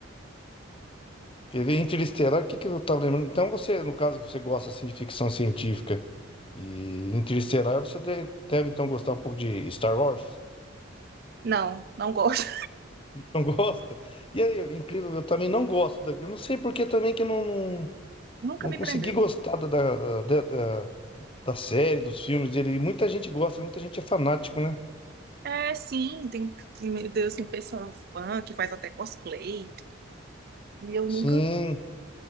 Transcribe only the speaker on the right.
Não, não gosto.
<laughs> Nunca
me
prendeu.
É, sim, tem, meu Deus, tem pessoa fã que faz até cosplay. E eu nunca,